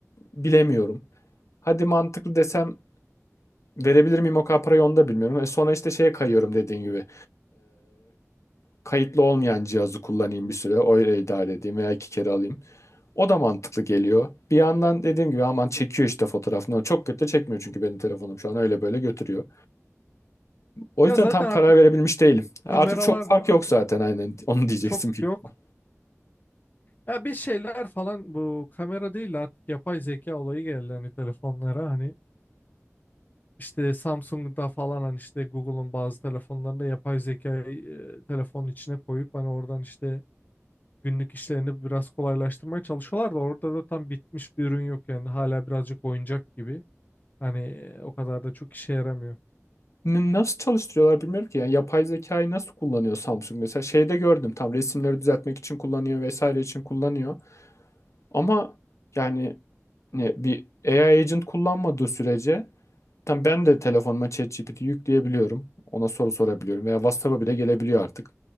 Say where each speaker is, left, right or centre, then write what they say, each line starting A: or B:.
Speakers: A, on the left; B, on the left.
A: Bilemiyorum. Hadi mantıklı desem verebilir miyim o kadar parayı onu da bilmiyorum. E sonra işte şeye kayıyorum dediğin gibi. kayıtlı olmayan cihazı kullanayım bir süre. Öyle idare edeyim veya iki kere alayım. O da mantıklı geliyor. Bir yandan dediğim gibi aman çekiyor işte fotoğraf. Ne o çok kötü de çekmiyor çünkü benim telefonum şu an öyle böyle götürüyor. O
B: Ya
A: yüzden
B: zaten
A: tam karar
B: artık
A: verebilmiş değilim. Artık
B: kameralar
A: çok fark yok zaten aynen <laughs> onu diyeceksin
B: çok
A: büyük
B: yok.
A: ihtimal.
B: Ya bir şeyler falan bu kamera değil artık yapay zeka olayı geldi hani telefonlara hani işte Samsung'da falan hani işte Google'un bazı telefonlarında yapay zekayı e, telefonun içine koyup hani oradan işte günlük işlerini biraz kolaylaştırmaya çalışıyorlar da orada da tam bitmiş bir ürün yok yani hala birazcık oyuncak gibi hani e, o kadar da çok işe yaramıyor.
A: N- Nasıl çalıştırıyorlar bilmiyorum ki. Yani yapay zekayı nasıl kullanıyor Samsung mesela şeyde gördüm tam resimleri düzeltmek için kullanıyor vesaire için kullanıyor. Ama yani ne, bir AI agent kullanmadığı sürece Tam ben de telefonuma ChatGPT yükleyebiliyorum. Ona soru sorabiliyorum veya WhatsApp'a bile gelebiliyor artık.